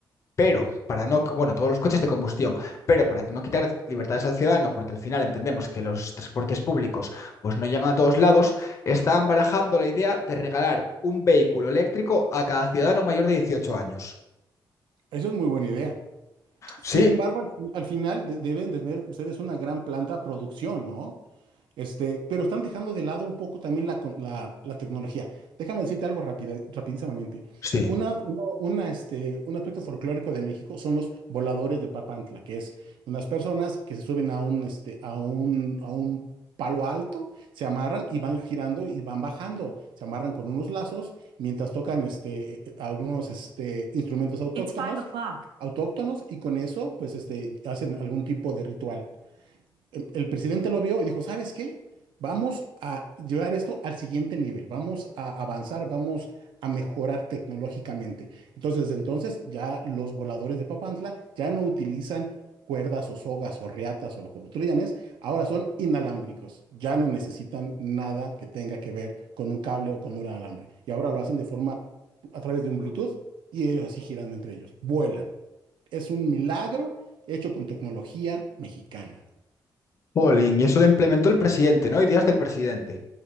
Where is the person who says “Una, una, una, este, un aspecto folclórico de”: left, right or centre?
Right